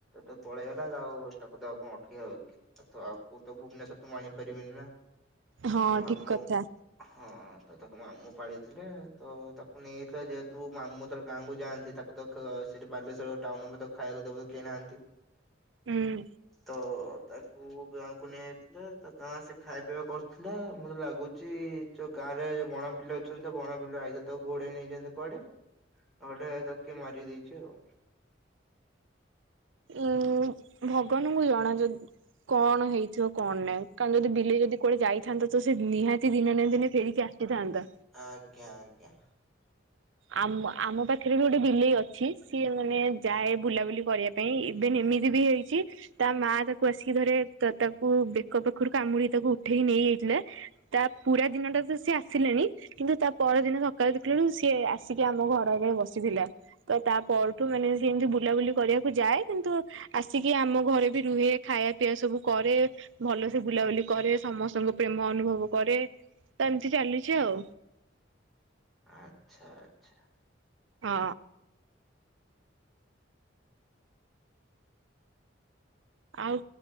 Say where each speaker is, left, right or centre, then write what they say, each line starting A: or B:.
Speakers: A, in the centre; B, on the right (about 85°).
A: ତ ପଳେଇଗଲା ଆଉ ତାକୁ ତ କଣ ଆଉ ଅଟକେଇି ହବ କି ଆଉ ତ ଭୁବନେଶ୍ୱର ତମେ ଆଣିପାରିବନି ନା
B: ହଁ
A: ତମମାମୁଁ
B: ଠିକ କଥା।
A: ହଁ ତ ତାକୁ ମାମୁଁ ପାଳିଥିଲେ ତ ତାକୁ ନେଇଯଥିଲା ଯେହେତୁ ମାମୁଁ ଯେତେବେଳେ ଗାଁକୁ ଯାଆନ୍ତି ତାକୁ ଦେ ସେଇଠି ବାଲେଶ୍ଵର ଟାଉନ ତ ଖାଇବାକୁ ଦେବାକୁ କିଣନ୍ତି।
B: ହୁଁ
A: ତ ତାକୁ ଗାଁକୁ ନେଇ ଥିଲେ ତା ଗାଁ ସେ ଖାଇବା ପିଇବା କରୁଥିଲା ମୋତେ ଲାଗୁଛି ଯୋଉ ଗାଁ ରେ ବଣ ବିଲୁଆ ଅଛନ୍ତି ବଣ ବିଲୁଆ ତାକୁ ଘୋଡେଇ ନେଇଛନ୍ତି କୁଆଡେ ନ ହେଲେ ତାକୁ କିଏ ମାରିଦେଇଛି ଆଉ
B: <inaudible> ଭଗବାନଙ୍କୁ ଜଣା ଜେ କଣ ହେଇଥିବ କଣ ନାଇଁ। କାରଣ ଯଦି ବିଲେଇ ଯଦି କୁଆଡେ ଯାଇଥାନ୍ତା ତ ସେ ନିହାତି ଦିନେ ନା ଦିନେ ଫେରିକି ଆସିଥାନ୍ତା।
A: ଆଜ୍ଞା ଆଜ୍ଞା।
B: ଆମ ଆମ ପାଖରେ ବି ଗୋଟେ ବିଲେଇ ଅଛି ସିଏ ମାନେ ଯାଏ ବୁଲାବୁଲି କରିବା ପାଇଁ ଏବେ ନ ଏମିତି ବି ହେଇଛି ତା ମା ତାକୁ ଆସିକି ଥରେ ତାକୁ ବେକ ପାଖରୁ କାମୁଡି ତାକୁ ଉଠେଇ ନେଇ ତା ପୁରା ଦିନଟା ତ ସେ ଆସିଲାନି କିନ୍ତୁ ତା ପର ଦିନ ସକାଳୁ ଦେଖିଲା ବେଳକୁ ସେ ଆସିକି ଆମ ଘର ଆଗରେ ବସିଥିଲା ତ ତା ପରଠୁ ମାନେ ସେ ଏମିତି ବୁଲାବୁଲି କରିବାକୁ ଯାଏ କିନ୍ତୁ? ଆସିକି ଆମ ଘରେ ବି ରୁହେ ଖାଇବା ପିଇବା ସବୁ କରେ ଭଲସେ ବୁଲାବୁଲି କରେ ସମସ୍ତଙ୍କ ପ୍ରେମ ଅନୁଭବ କରେ ତ ଏମିତି ଚାଲିଛି ଆଉ।
A: ଆଚ୍ଛା ଆଚ୍ଛା।
B: ହଁ। ଆଉ